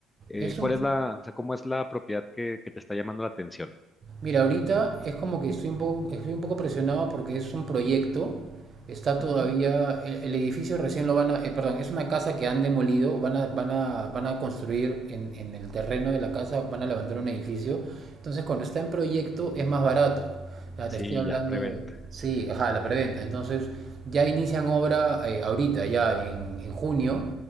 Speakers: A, on the left (about 15°); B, on the right (about 40°).
A: Eh,
B: Es
A: ¿cuál
B: un,
A: es la, o sea, cómo es la propiedad que, que te está llamando la atención?
B: mira, ahorita es como que estoy un poco, estoy un poco presionado porque es un proyecto, está
A: Ujú.
B: todavía, el, el edificio recién lo van a, eh, perdón, es una casa que han demolido, van a, van a, van a construir en, en el terreno de la casa, van a levantar un edificio, entonces cuando está en proyecto es más barato, o sea,
A: Sí,
B: te estoy hablando,
A: ya, preventa,
B: sí, ajá, la preventa, entonces ya inician obra eh, ahorita, ya en, en junio,